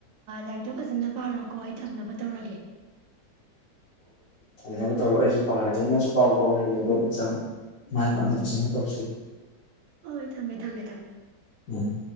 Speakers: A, on the right; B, on the left.
A: ꯂꯥꯏꯔꯤꯛꯇꯣ ꯐꯖꯅ ꯄꯥꯔꯣꯀꯣ ꯑꯩ ꯊꯝꯅꯕ ꯇꯧꯔꯒꯦ
B: ꯁꯝꯅꯕ ꯇꯧꯔꯣ ꯑꯩꯁꯨ ꯄꯥꯔꯒꯦ ꯅꯪꯁꯨ ꯄꯥꯎꯈꯣ ꯍꯌꯦꯡꯗꯣ ꯑꯦꯛꯖꯥꯝ ꯃꯥꯏ ꯄꯥꯛꯅ ꯐꯖꯅ ꯇꯧꯁꯤ
A: ꯍꯣꯏ ꯊꯝꯃꯦ ꯊꯝꯃꯦ ꯊꯝꯃꯦ
B: ꯎꯝ